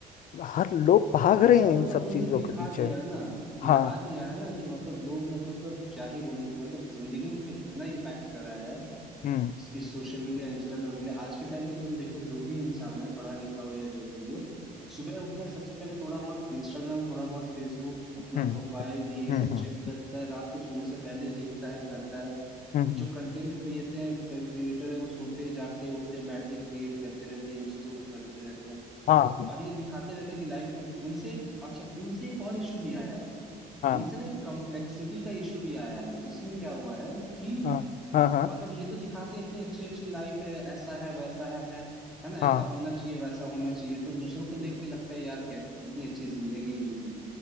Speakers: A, on the left; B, in the centre.
A: हर लोग
B: तो
A: भाग
B: ऐसा
A: रहे हैं
B: मतलब
A: इन सब
B: उन्होंने
A: चीजों
B: दिखा
A: के पीछे
B: दिया है ना दिखा
A: हाँ
B: दिया है ना कि मतलब लोग मतलब क्या ही बोलूं कि मतलब जिंदगी में इतना इम्पैक्ट करा है
A: हम्म
B: इस सोशल मीडिया इंस्टाग्राम ने आज के टाइम पे तुम देखो जो भी इंसान है पढ़ा लिखा हो या जो भी हो सुबह उठता है सबसे पहले थोड़ा बहुत इंस्टाग्राम थोड़ा बहुत फेसबुक अपना
A: हम्म
B: प्रोफाइल ये
A: हम्म
B: सब
A: हम्म
B: चेक करता है रात को सोने से पहले देखता है करता है
A: हम्म, हम्म,
B: जो कंटेंट क्रिएटर क्रिएटर है वो सोते जागते उठते बैठते क्रिएट करते रहते हैं इन चीजों को करते रहते हैं
A: हाँ
B: और ये दिखाते रहते हैं कि लाइफ में इनसे एक अच्छा इनसे एक और इशू भी आया है
A: हाँ
B: इनसे ना एक कम्प्लेक्सिटी का इशू भी आया है जिसमें क्या हुआ है कि
A: हाँ हाँ हाँ
B: मतलब ये तो दिखाते हैं इतनी अच्छी अच्छी लाइफ है ऐसा है वैसा है है ना
A: हाँ
B: ऐसा होना चाहिए वैसा होना चाहिए तो दूसरों को देख के लगता है यार कैस कितनी अच्छी जिंदगी है इनकी